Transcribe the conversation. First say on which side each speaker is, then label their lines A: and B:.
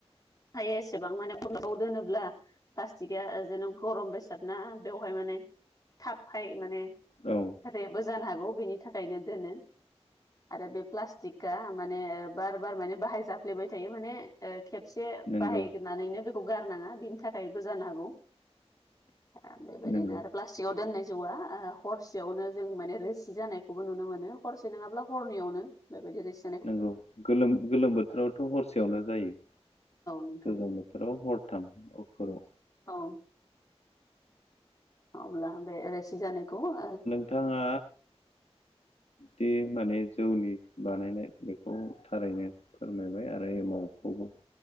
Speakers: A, on the left; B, on the left.
A: हायो एसेबां माने खलाव दोनोब्ला प्लास्टिकआ जेन' गरम बेसाद ना बेवहाय माने थाबहाय माने
B: औ
A: रेबो जानो हागौ बेनि थाखायनो दोनो। आरो बे प्लास्टिकआ माने बार बार माने बाहाय जाफ्लेबाय थायो माने ओ-खेबसे
B: नंगौ
A: बाहायगोनानैनो बेखौ गारनाङा बेनि थाखायबो जानो हागौ। ओ-बेबायदिनो
B: नंगौ
A: आरो प्लास- टिगाव दोननाय जौआ ओ-हरसेयावनो जों माने रोसि जानायखौबो नुनो मोनो हरसे नङाब्ला हरनैयावनो। बेबायदि रिस-
B: नंगौ गोलोम-गोलोम बोथोरावथ' हरसेयावनो जायो।
A: नोंथां
B: गोजां बोथोराव हरथाम अक्टराव
A: औ अब्ला बे रोसि जानायखौ ओ
B: बिथाङा दि माने जौनि बानायनाय बेखौ थारैनो फोरमायबाय आरो एमावखौबो